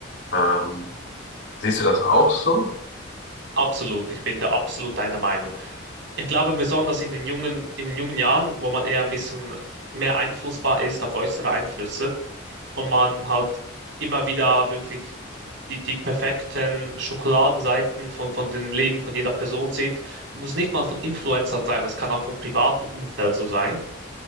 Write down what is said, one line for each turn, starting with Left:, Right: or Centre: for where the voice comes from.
Left: Ähm, siehst du das auch so?
Right: Absolut, ich bin da absolut deiner Meinung. Ich glaube, besonders in den jungen, in den jungen Jahren, wo man eher ein bisschen mehr einflussbar ist auf äußere Einflüsse und man halt immer wieder wirklich die, die perfekten Schokoladenseiten von, von den Leben von jeder Person sieht, muss nicht mal von Influencern sein, das kann auch vom privaten Umfeld so sein.